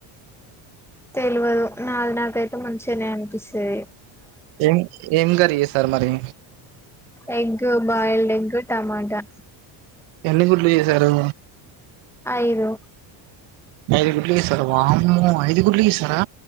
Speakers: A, in the centre; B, on the right (about 75°).
A: తెలివదు నాది నాకైతే మంచిగానే అనిపిస్తాది
B: ఏం ఏం గ లేదు సార్ మరి
A: ఎగ్ బాయిల్డ్ ఎగ్ టమాటో టమాటా
B: ఎన్ని గుడ్లు చేసారు
A: ఐదు
B: ఐదు గుడ్లు చేశారా వామ్మో ఐదు గుడ్లు చేశారా